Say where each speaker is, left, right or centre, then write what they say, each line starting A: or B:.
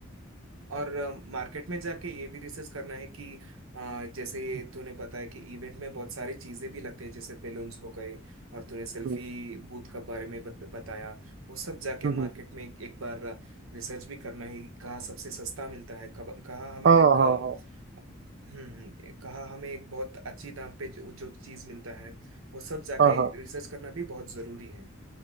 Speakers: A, on the right; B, on the right.
A: और मार्केट में जाके ये भी रिसर्च करना है कि अ, जैसे
B: आती है।
A: तूने बताया कि इवेंट में बहुत सारी चीजें भी लगती है जैसे बेलून्स हो गए और तूने सेल्फी
B: हम्म,
A: बूथ का बारे में बत, बताया वो सब जाके
B: हम्म,
A: मार्केट
B: हम्म।
A: में एक, एक बार रिसर्च भी करना है कि कहाँ सबसे सस्ता मिलता है कब कहाँ हमें
B: हाँ
A: एक
B: हाँ
A: अ,
B: हाँ
A: हम्म कहाँ हमें एक बहुत अच्छी दाम पे जो, जो चीज मिलता है वो सब जाके
B: हाँ हाँ
A: रिसर्च करना भी बहुत जरूरी है